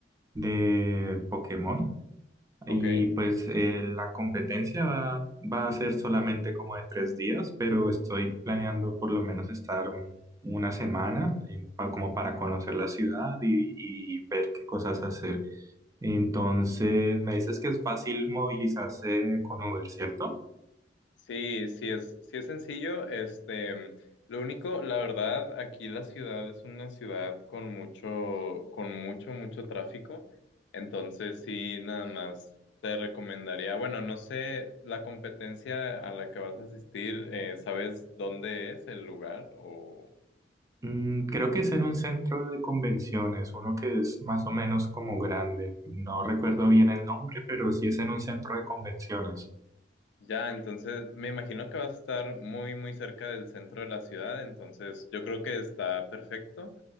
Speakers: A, on the right; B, on the left.
A: de Pokémon y
B: Ok.
A: pues eh, la competencia va, va a ser solamente como de tres días, pero estoy planeando por lo menos estar un- una semana en- pa- como para conocer la ciudad y, y ver qué cosas hacer. Entonces, me dices que es fácil movilizarse con Uber, ¿cierto?
B: Sí, sí es, sí es sencillo. Este, lo único, la verdad, aquí la ciudad es una ciudad con mucho, con mucho, mucho tráfico. Entonces, sí, nada más te recomendaría. Bueno, no sé, la competencia a la que vas a asistir, eh, ¿sabes dónde es el lugar o?
A: Mm, creo que es en un centro de convenciones, uno que es más o menos como grande. No recuerdo bien el nombre, pero sí es en un centro de convenciones.
B: Ya, entonces me imagino que vas a estar muy, muy cerca del centro de la ciudad, entonces yo creo que está perfecto.